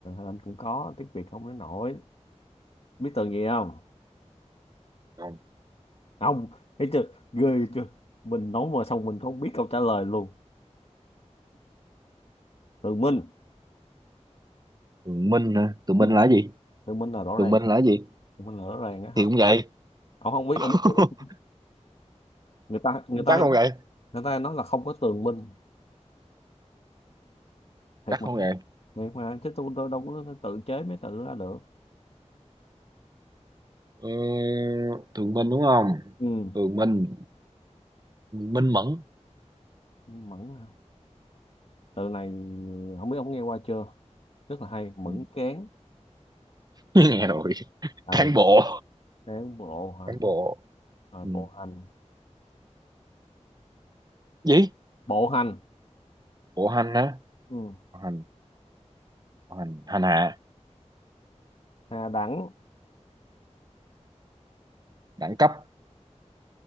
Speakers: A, on the left; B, on the right.
A: anh cũng có tiếng Việt không đến nổi biết từ gì không
B: Không,
A: không thấy chưa ghê chưa mình nói mà xong mình không biết câu trả lời luôn từ Minh
B: Tường Minh hả? Tường
A: Ừ.
B: Minh là cái gì?
A: từ Minh là rõ
B: Tường
A: ràng
B: Minh là cái gì?
A: từ Minh là rõ ràng á hả
B: Thì cũng vậy.
A: ông không biết ông
B: <laughs>
A: biết từ đó. người ta người ta
B: chắc
A: hay,
B: không vậy
A: người ta hay nói là không có tường Minh thiệt
B: chắc
A: mà
B: không
A: thiệt
B: vậy
A: mà chứ tôi, tôi đâu có tự chế mấy từ ra được
B: ừ, Tường Minh đúng không
A: ừ
B: Tường Minh Minh Mẫn
A: mẫn hả? Tựa này không biết ông nghe qua chưa? Rất là hay, Mẫn
B: Ừ.
A: Cán.
B: <laughs> nghe rồi
A: Ừ,
B: cán bộ
A: cán bộ hả?
B: cán bộ
A: Rồi
B: Ừ.
A: bộ hành.
B: gì
A: Bộ hành.
B: bộ hành á
A: Ừ,
B: bộ hành bộ hành hành hạ
A: hạ đẳng,
B: đẳng cấp